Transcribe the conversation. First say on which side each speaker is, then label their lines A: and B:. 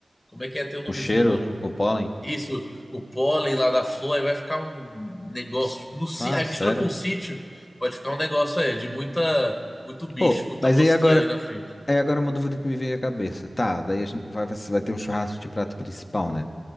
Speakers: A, on the left (about 30°); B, on the left (about 45°).
A: como é que é? Tem o nomezinho
B: O cheiro,
A: do.
B: o pólen.
A: Isso, o pólen lá da flor, aí vai ficar um negócio.
B: Ps,
A: No, si-
B: Ah,
A: aí
B: sério?
A: mistura com o sítio, pode ficar um negócio aí de muita, muito bicho,
B: Pô,
A: muita
B: mas
A: mosquinha
B: aí agora.
A: ali na frente.
B: É agora uma dúvida que me veio à cabeça. Tá, daí a gente vai, vai vai ter um churrasco de prato principal, né?